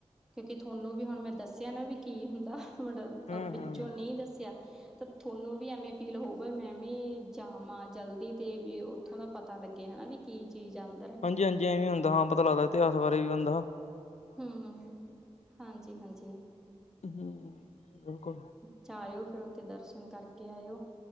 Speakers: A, in the centre; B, on the left.
A: ਕਿਉਂਕਿ ਤੁਹਾਨੂੰ ਵੀ ਹੁਣ ਮੈਂ ਦੱਸਿਆਂ ਨਾ ਵੀ ਕੀ ਹੁੰਦਾ, ਮਬਟ
B: ਹੂੰ-ਹੂੰ
A: ਵਿੱਚੋਂ ਨੀ ਦੱਸਿਆਂ। ਤਾਂ ਥੁਹਾਨੂੰ ਵੀ ਐਵੇਂ ਫੀਲ ਹੋਊਗਾ ਵੀ, ਮੈਂ ਮੈਂ ਭੀ ਜਾਵਾਂ ਜਲਦੀ ਤੇ ਵੀ ਉੱਥੋਂ ਦਾ ਪਤਾ ਲੱਗੇ ਹੈਨਾ ਵੀ ਕੀ ਚੀਜ਼ ਐ‌ ਅੰਦਰ।
B: ਹਾਂਜੀ-ਹਾਂਜੀ, ਐਵੇਂ ਹੁੰਦਾ ਹਾਂ ਪਤਾ ਲੱਗਦਾ ਇਤਿਹਾਸ ਬਾਰੇ ਵੀ ਹੰਦਾ-
A: ਹੂੰ, ਹਾਂਜੀ-ਹਾਂਜੀ‌।
B: ਹੂੰ ਬਿਲਕੁੱਲ।
A: ਜਾਂ ਆਏਓ ਫਿਰ ਉੱਥੇ ਦਰਸ਼ਨ ਕਰਕੇ ਆਏਓ।